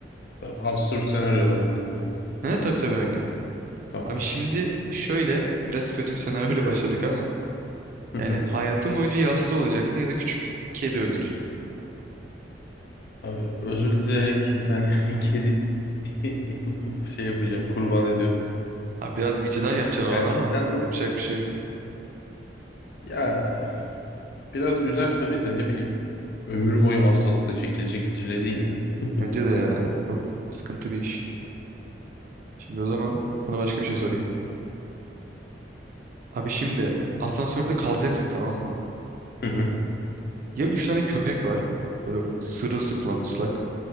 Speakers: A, on the left; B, on the right.
A: Tamam. Absürt senaryolar hakkında yani.
B: He tabii tabii aynı.
A: Tamamdır.
B: Abi şimdi şöyle biraz kötü bir senaryoyla <laughs> başladık ama
A: Hı
B: yani
A: hı.
B: hayatın boyunca yasta olacaksın ya da küçük bir kedi öldüreceksin.
A: Abi özür dileyerek bir tane <laughs> kedi <laughs> bu şey yapacağım. Kurban ediyorum.
B: Abi biraz vicdan yapacaksın
A: Ya
B: o an ama
A: şeyden mi?
B: yapacak bir şey yok.
A: Ya biraz üzer tabii de ne bileyim. Ömür boyu hastalık da çekilecek çile değil ya.
B: Bence
A: <laughs>
B: de ya. Çok sıkıntı bir iş. Şimdi o zaman sana başka bir şey sorayım. Abi şimdi asansörde kalacaksın tamam mı?
A: Hı hı.
B: Ya üç tane köpek var. Böyle sırılsıklam ıslak.